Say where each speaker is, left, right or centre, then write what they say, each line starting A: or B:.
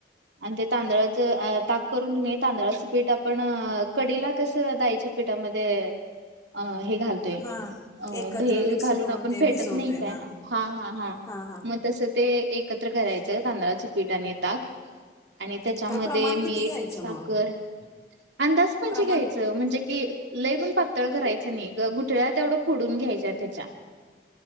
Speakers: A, on the right (about 75°); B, on the left (about 15°).
A: आणि ते तांदळाचं ताक करून की कणी तांदळाचं पीठ आपण कडीला कस. स डाळीच्या पिठामध्ये अ हे. घालतोय
B: हां
A: अ
B: एकत्र
A: दही
B: मिक्स
A: घालून
B: करून
A: आपण
B: ते
A: फेटत
B: भिजवतोय
A: नाही काय
B: हां
A: हा हा हा
B: हां हां
A: मग तस. ते एकत्र करायचं तांदळाच पीट आणि ताक. आणि त्याच्यामध्ये
B: खरं प्रमाण
A: मीठ
B: किती घ्यायचं
A: साखर
B: मग
A: अंदाजपनचे
B: प्रमाण
A: घ्यायच. जे कि लई पातळ करायचं नाही. ग गुठळ्या तेवढं फोडून घ्यायच्या तेच्या.